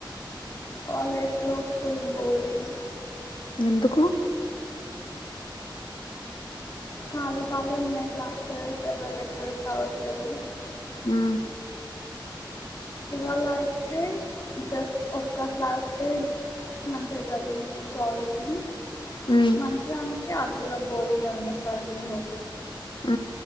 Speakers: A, on the left; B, on the left.
A: కాలేజ్ లో ఫుల్ బోరింగ్
B: ఎందుకు
A: ఖాళీ ఖాళీ ఉన్నాయి క్లాసెస్ ఎవ్వరు లెక్చరర్స్ రావట్లేదు
B: ఉ
A: ఇవ్వాళ అయితే జస్ట్ ఒక క్లాసే మంచిగా చదివించి జాబ్ ఇచ్చి
B: మ్మ్
A: మంచిగా అంటే అది కూడా బోరింగే ఉండే స్టార్టింగ్ లో
B: ఊ